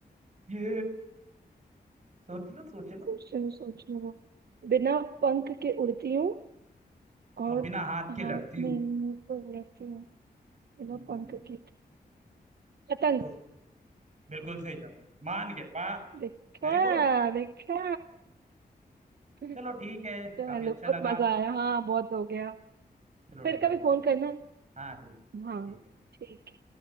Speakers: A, on the right; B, on the right.
A: ये सोच लो सोच लो
B: सोचने दो सोचने दो बिना पंख के उड़ती हूँ और
A: और बिना हाथ
B: हाथ
A: के लड़ती हूँ
B: नहीं पर लड़ती हूँ बिना
A: हम्म
B: पंख
A: हम्म,
B: के पतंग
A: सोच बिल्कुल सही जवाब मान गए वाह
B: देखा
A: Very good
B: देखा <laughs>
A: चलो ठीक है
B: चलो
A: काफी अच्छा
B: बहुत
A: लगा
B: मजा आया हाँ बहुत हो गया
A: चलो ठीक
B: फिर
A: है
B: कभी
A: बहुत
B: फोन
A: हो गया
B: करना
A: हाँ बिल्कुल
B: हाँ
A: ठीक है
B: ठीक है